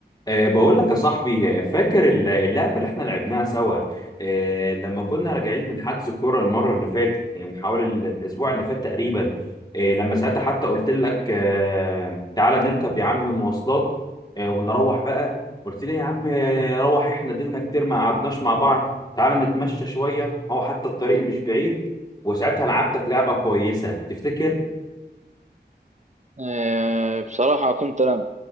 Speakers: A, on the left; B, on the right.
A: أه بقول لك يا صاحبي آه، فاكر الل- اللعبة اللي احنا لعبناها سوا أه لما كنا راجعين من حجز الكورة المرة اللي فاتت يعني من حوالي ال- الأسبوع اللي فات تقريبا أه لما ساعتها حتى قلت لك أه تعالى نركب يا عم مواصلات أه ونروح بقى قلت لي يا عم آه، نروح احنا دينا كتير ما قعدناش مع بعض تعالى نتمشى شوية هو حتى الطريق مش بعيد وساعتها لعبتك لعبة كويسة تفتكر؟
B: آه، بصراحة كنت أنا